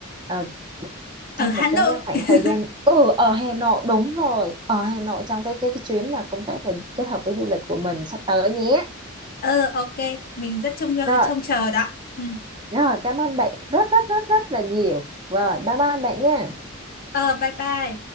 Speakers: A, on the right; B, on the left.
A: ờ,
B: Ở
A: trong
B: Hà
A: một
B: Nội.
A: cái khoảng
B: <laughs>
A: thời gian ừ ở Hà Nội đúng rồi ở Hà Nội trong cái cái, cái chuyến mà công tác và kết hợp với du lịch của mình sắp tới nhé
B: Ờ ok, mình rất trông
A: rồi
B: trông chờ đó. Ừ.
A: rồi cảm ơn bạn rất rất rất rất là nhiều rồi bye bye bạn nha
B: Ờ bye bye.